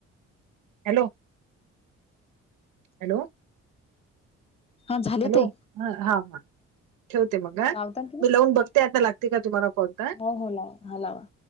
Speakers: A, on the right (about 85°); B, on the left (about 20°).
A: Hello hello.
B: हा झाले
A: हॅलो,
B: ताई.
A: हा हा ठेवते मग हा,
B: लावता ना तुम्ही
A: मी लावून बघते आता लागते का, तुम्हाला कॉल तर.
B: हो हो <unintelligible>